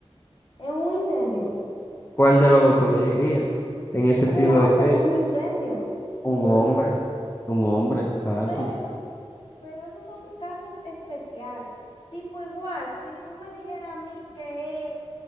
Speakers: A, on the left; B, on the left.
A: en un incendio.
B: ¿Cuál de los dos tú elegirías? En el sentido
A: Un hombre
B: de que
A: en un incendio,
B: un
A: yo
B: hombre,
A: lo digo.
B: un hombre, exacto.
A: Pero, pero esos son casos especiales. Tipo igual, si tú me dijeras a mí que es